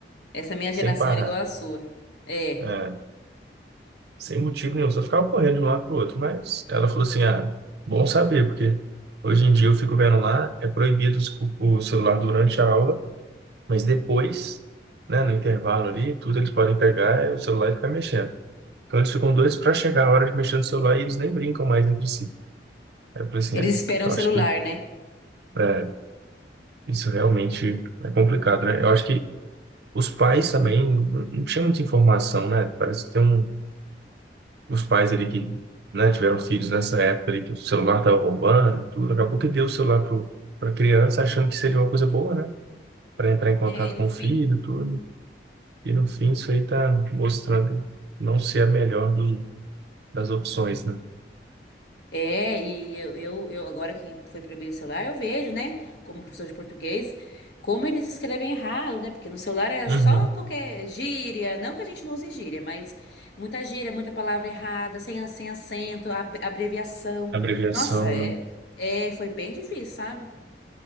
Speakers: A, on the left (about 70°); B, on the right (about 65°).
A: Essa minha
B: sem
A: geração
B: parar,
A: era igual à sua. É.
B: né, sem motivo nenhum, só ficava correndo de um lado para o outro. Mas ela falou assim, ah, bom saber, porque hoje em dia eu fico vendo lá, é proibido os cu- o celular durante a aula, mas depois. Né, no intervalo ali, tudo eles podem pegar é o celular e ficar mexendo. Então eles ficam doidos para chegar a hora de mexer no celular e eles nem brincam mais entre si. Aí eu falei assim,
A: Eles
B: é,
A: esperam
B: eu
A: o celular,
B: acho que
A: né?
B: é, isso realmente é complicado, né? Eu acho que os pais também não não tinham muita informação, né? Parece que tem um, os pais ali que, né, tiveram filhos nessa época ali que o celular estava bombando, tudo. Acabou que deu o celular pro, pra criança achando que seria uma coisa boa, né? Para entrar em contato
A: É, e no
B: com
A: fim.
B: o filho, tudo. E no fim isso aí tá mostrando não ser a melhor do- das opções, né?
A: É, e eu, eu, eu- agora que foi proibido o celular, eu vejo, né, como professor de português, como eles escrevem errado, né? Porque no celular é
B: Uhum.
A: só qualquer gíria, não que a gente não use gíria, mas muita gíria, muita palavra errada, sem, a- sem acento, ab- abreviação.
B: Abreviação,
A: Nossa, é, é, foi bem difícil, sabe?